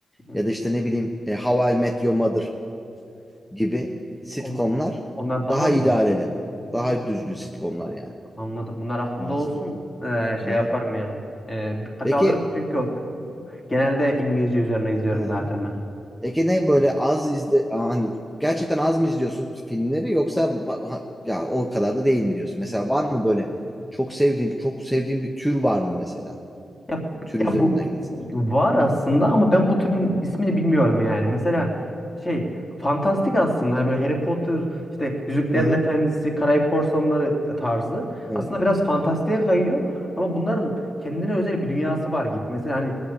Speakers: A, on the left; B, in the centre.
A: Hmm.
B: Ya da işte ne bileyim e, How I Met Your Mother gibi sitcomlar
A: Onlar, onlar daha
B: daha
A: mı
B: idareli.
A: iyi? Hmm,
B: Daha düzgün sitcomlar yani.
A: Anladım. Bunlar aklımda
B: O açıdan.
A: olsun. Ee,
B: Hı
A: şey
B: hı.
A: yaparım yani. Ee, dikkate
B: Peki
A: alırım çünkü o- genelde İngilizce üzerine izliyorum
B: ha.
A: zaten ben.
B: Peki ne böyle az izle hani gerçekten az mı izliyorsun filmleri yoksa ba- ha- ya o kadar da değil mi diyorsun? Mesela var mı böyle çok sevdiğin çok sevdiğin bir tür var mı mesela?
A: Ya,
B: Tür
A: ya
B: üzerinden
A: bu
B: gitsin.
A: var aslında ama ben bu türün ismini bilmiyorum yani. Mesela şey fantastik aslında hani böyle Harry Potter işte Yüzüklerin
B: Hı hı.
A: Efendisi, Karayip Korsanları tarzı.
B: Evet.
A: Aslında biraz fantastiğe kayıyor ama bunların kendine özel bir dünyası var gibi. Mesela hani